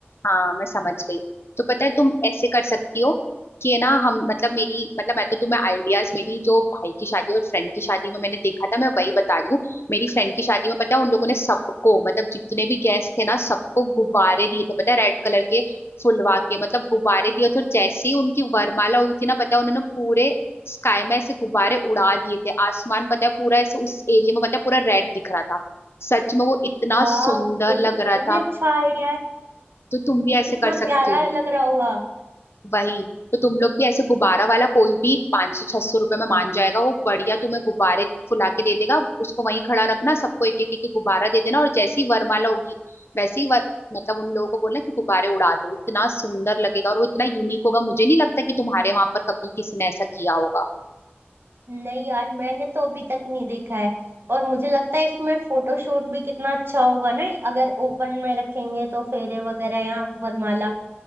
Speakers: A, on the left (about 80°); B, on the right (about 65°).
A: हाँ मैं समझ गई तो पता है तुम ऐसे कर सकती हो कि है ना हम मतलब मेरी मतलब मैं तो तुम्हें आइडियाज मेरी जो भाई की शादी और फ्रेंड की शादी में मैंने देखा था मैं वही बता रही हूँ मेरी फ्रेंड की शादी में पता है उन लोगों ने सबको मतलब जितने भी गेस्ट थे ना सबको गुब्बारे दिए थे पता है रेड कलर के फुलवा के मतलब गुब्बारे दिए थे और जैसे ही उनकी वरमाला हुई थी ना पता है उन्होंने पूरे स्काई में ऐसे गुब्बारे उड़ा दिए थे आसमान पता है पूरा ऐसे उस एरिया में पता है पूरा रेड दिख रहा था सच में वो इतना
B: वाह
A: सुंदर
B: ये तो
A: लग
B: सही
A: रहा था
B: में अच्छा आइडिया है
A: तो तुम भी ऐसे
B: कितना
A: कर सकते
B: प्यारा
A: हो
B: लग रहा होगा
A: वही तो तुम लोग भी ऐसे गुब्बारा वाला कोई भी पाँच सौ छह सौ रुपए में मान जाएगा वो बढ़िया तुम्हें गुब्बारे फुला के दे देगा उसको वहीं खड़ा रखना सबको एक एक एक एक गुब्बारा दे देना और जैसी वरमाला होगी वैसे ही वर मतलब उन लोगों को बोलना कि गुब्बारे उड़ा दो इतना सुंदर लगेगा और वो इतना यूनिक होगा मुझे नहीं लगता कि तुम्हारे वहां पर कभी किसी ने ऐसा किया होगा
B: नहीं यार मैंने तो अभी तक नहीं देखा है और मुझे लगता है इसमें फोटोशूट भी कितना अच्छा होगा ना अगर ओपन में रखेंगे तो फेरे वगैरह या वरमाला